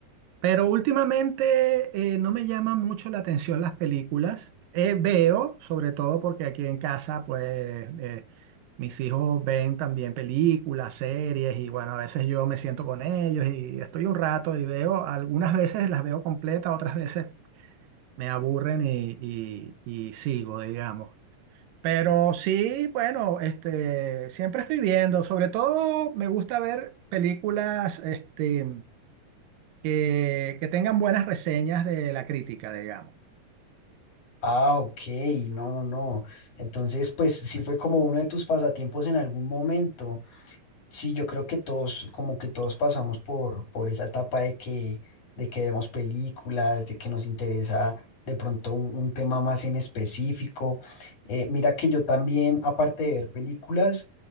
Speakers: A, on the right (about 80°); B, on the left (about 50°).
A: Pero últimamente eh, no me llaman mucho la atención las películas. Eh, veo, sobre todo porque aquí en casa, pues eh, mis hijos ven también películas, series y bueno, a veces yo me siento con ellos y estoy un rato y veo, algunas veces las veo completas, otras veces me aburren y, y- y sigo, digamos. Pero sí, bueno, este, siempre estoy viendo, sobre todo me gusta ver películas este, que, que tengan buenas reseñas de la crítica, digamos.
B: Ah, ok, no, no, no. Entonces, pues sí fue como uno de tus pasatiempos en algún momento. Sí, yo creo que todos, como que todos pasamos por, por esa etapa de que, de que vemos películas, de que nos interesa de pronto un, un tema más en específico. Eh, mira que yo también, aparte de ver películas,